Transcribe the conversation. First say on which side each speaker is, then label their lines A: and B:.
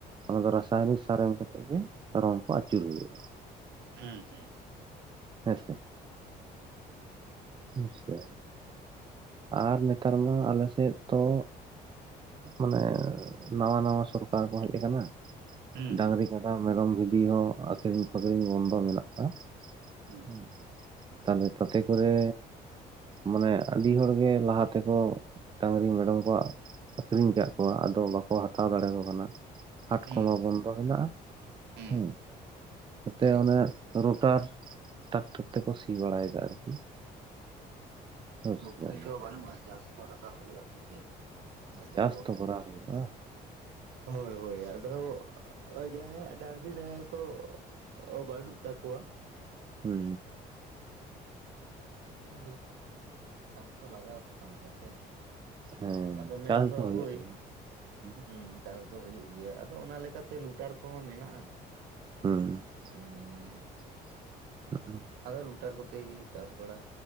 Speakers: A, on the right (about 30°); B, on the right (about 80°).
A: ᱚᱱᱟ ᱫᱚ ᱨᱟᱥᱟᱭᱚᱱᱤᱠ ᱥᱟᱨ ᱮᱢ ᱠᱟᱛᱮᱫ ᱜᱮ ᱨᱚᱝ ᱠᱚ ᱟᱹᱪᱩᱨ ᱦᱩᱭᱩᱜᱼᱟ᱾
B: ᱦᱩᱸ ᱦᱩᱸ᱾
A: ᱦᱮᱸᱥᱮ? ᱟᱪᱪᱷᱟ ᱟᱨ ᱱᱮᱛᱟᱨ ᱢᱟ ᱟᱞᱮ ᱥᱮᱫ ᱫᱚ ᱢᱟᱱᱮ ᱱᱟᱣᱟ ᱱᱟᱣᱟ ᱥᱚᱨᱠᱟᱨ ᱠᱚ ᱦᱮᱡ ᱟᱠᱟᱱᱟ
B: ᱦᱩᱸ
A: ᱰᱟᱝᱨᱤ
B: ᱦᱩᱸ
A: ᱠᱟᱰᱟ ᱢᱮᱨᱚᱢ ᱵᱷᱤᱰᱤ ᱦᱚᱸ ᱟᱹᱠᱷᱨᱤᱧ ᱯᱷᱠᱷᱨᱤᱧ ᱵᱚᱱᱫᱚ ᱢᱮᱱᱟᱜᱼᱟ
B: ᱦᱩᱸ
A: ᱦᱩ ᱛᱟᱦᱞᱮ ᱛᱟᱛᱮ ᱠᱚᱨᱮ ᱢᱟᱱᱮ ᱟᱹᱰᱤ ᱦᱚᱲᱜᱮ ᱞᱟᱦᱟ ᱛᱮᱠᱚ ᱰᱟᱹᱝᱨᱤ ᱢᱮᱨᱚᱢ ᱠᱚ ᱟᱠᱷᱨᱤᱧ ᱟᱠᱟᱜ ᱠᱚᱣᱟ ᱟᱫᱚ ᱵᱟᱠᱚ ᱦᱟᱛᱟᱣ ᱫᱟᱲᱮ ᱟᱠᱚ ᱠᱟᱱᱟ ᱦᱟᱴ
B: ᱦᱩᱸ
A: ᱠᱚᱢᱟ
B: ᱦᱩᱸ
A: ᱵᱚᱱᱫᱚ ᱢᱮᱱᱟᱜᱼᱟ
B: ᱦᱩᱸ
A: ᱦᱮᱸ ᱱᱤᱛᱚᱜ
B: ᱴᱷᱤᱠ
A: ᱚᱱᱮ ᱨᱳᱴᱟᱨ ᱴᱨᱟᱠᱴᱟᱨ ᱛᱮᱠᱚ ᱥᱤ ᱵᱟᱲᱟᱭᱮᱫᱟ ᱟᱨᱠᱤ ᱦᱳᱭ ᱥᱮ
B: ᱯᱩᱭᱥᱟ ᱵᱟᱹᱱᱩᱜᱼᱟ ᱪᱟᱨᱥᱚ ᱴᱟᱠᱟ ᱦᱩᱭᱩᱜᱼᱟ ᱥᱮ ᱪᱮᱫ ᱟᱫᱚ
A: ᱪᱟᱥ ᱛᱚ ᱠᱚᱨᱟᱣ ᱦᱩᱭᱩᱜᱼᱟ
B: ᱦᱳᱭ ᱟᱫᱚ ᱡᱟᱦᱟᱸᱭᱟᱜ ᱰᱟᱝᱨᱤ ᱱᱟᱦᱮᱞ ᱠᱚ ᱚ ᱵᱟᱹᱱᱩᱜ ᱛᱟᱠᱚᱣᱟ
A: ᱦᱩ
B: ᱟᱫᱚ ᱪᱟᱥ ᱛᱚ ᱞᱟᱜᱟᱣ ᱟᱠᱚ ᱠᱟᱱ ᱜᱮᱭᱟ ᱥᱮ
A: ᱦᱮᱸ
B: ᱟᱫᱚ
A: ᱪᱟᱥ
B: ᱢᱮᱱᱫᱚ
A: ᱫᱚ ᱦᱩᱭᱩᱜ
B: ᱦᱳᱭ
A: ᱜᱮᱭᱟ ᱦᱩᱸ
B: ᱦᱮᱸ ᱪᱟᱥ ᱫᱚ ᱦᱩᱭᱩᱜ ᱜᱮᱭᱟ ᱟᱫᱚ ᱚᱱᱟ ᱞᱮᱠᱟᱛᱮ ᱞᱩᱴᱟᱨ ᱠᱚᱦᱚᱸ ᱢᱮᱱᱟᱜᱼᱟ
A: ᱦᱩᱸ
B: ᱮ
A: <inaudible>
B: ᱟᱫᱚ ᱨᱩᱴᱟᱨ ᱠᱚᱛᱮ ᱜᱮ ᱪᱟᱥ ᱵᱟᱲᱟ